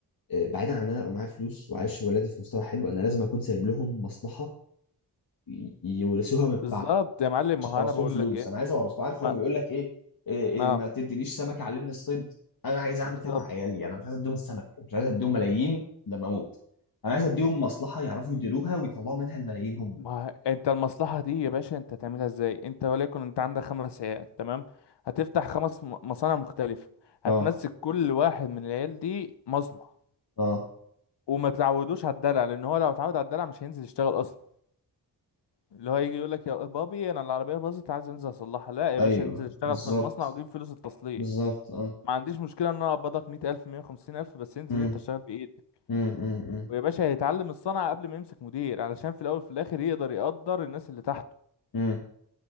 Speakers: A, on the left (about 55°); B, on the left (about 75°).
A: آه، بعيدا عن ان انا ابقى معايا فلوس وعايش ولادي في مستوى حلو انا لازم اكون سايب لهم مصلحه ي- يورثوها من
B: بالظبط
A: بعد
B: يا معلم
A: مش
B: ما هو
A: هورث
B: انا بقول
A: لهم فلوس
B: لك ايه
A: انا عايز اورث له عارف
B: ما
A: لما بيقول لك ايه إيه إيه
B: اه
A: ما تدينيش سمك علمني الصيد انا عايز اعمل
B: بالظبط
A: كده مع عيالي يعني انا مش عايز اديهم السمك مش عايز اديهم ملايين لما اموت انا عايز اديهم مصلحه يعرفوا يديروها ويطلعوا منها الملايين هم
B: ما هو انت المصلحه دي يا باشا انت هتعملها ازاي انت وليكن انت عندك خمس عيال تمام هتفتح خمس م- مصانع مختلفه هتمسك
A: اه
B: كل واحد من العيال دي مصنع
A: اه
B: وما تعودوش على الدلع لان هو لو اتعود على الدلع مش هينزل يشتغل اصلا اللي هو يجي يقول لك يا بابي انا العربيه باظت عايز انزل اصلحها لا يا
A: ايوه
B: باشا انزل اشتغل
A: بالظبط
B: في المصنع واجيب فلوس التصليح
A: بالظبط اه
B: ما عنديش مشكله ان انا اقبضك 100000 150000 بس انزل
A: امم
B: انت اشتغل بايدك
A: امم
B: ويا باشا هيتعلم الصنعه قبل ما يمسك مدير علشان في الاول وفي الاخر يقدر يقدر الناس اللي تحته
A: امم